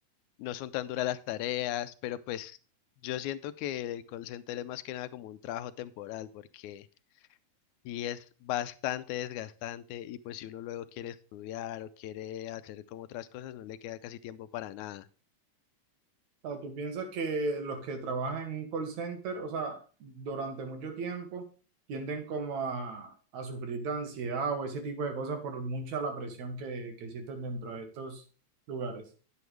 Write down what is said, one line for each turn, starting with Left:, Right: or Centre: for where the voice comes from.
Left: no son tan duras las tareas, pero pues yo siento que el call center es más que nada como un trabajo temporal, porque y es bastante desgastante y pues si uno luego quiere estudiar o quiere hacer como otras cosas, no le queda casi tiempo para nada.
Right: O sea, ¿tú piensas que los que trabajan en un call center, o sea, durante mucho tiempo, tienden como a, a sufrir de ansiedad o ese tipo de cosas por mucha la presión que, que sienten dentro de estos lugares?